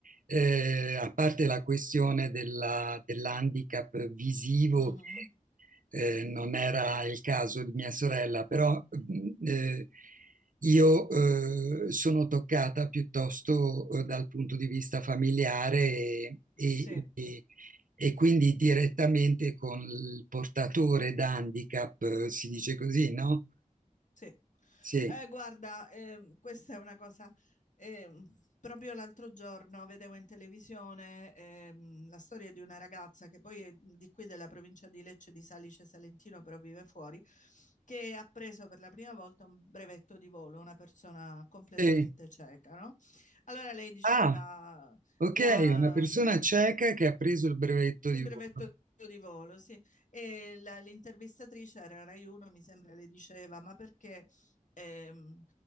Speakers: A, on the right; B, on the left.
A: eh, a parte la questione della- dell'handicap visivo,
B: mhm,
A: eh, non era il caso di mia sorella, però eh, io eh, sono toccata piuttosto eh, dal punto di vista familiare e, e-
B: Sì.
A: e- e quindi direttamente con il portatore da handicap, eh, si dice così, no?
B: Sì. Eh,
A: Sì.
B: guarda, ehm, questa è una cosa. ehm, proprio l'altro giorno vedevo in televisione ehm, la storia di una ragazza che poi è di qui della provincia di Lecce di Salice Salentino, però vive fuori, che ha preso per la prima volta un brevetto di volo, una persona completamente
A: Eh,
B: cieca, no? Allora lei diceva
A: ah, ok,
B: la,
A: una persona cieca che ha preso il brevetto
B: il
A: di
B: brevetto
A: volo.
B: di volo, sì. E la- l'intervistatrice era Rai 1, mi sembra, le diceva, ma perché ehm,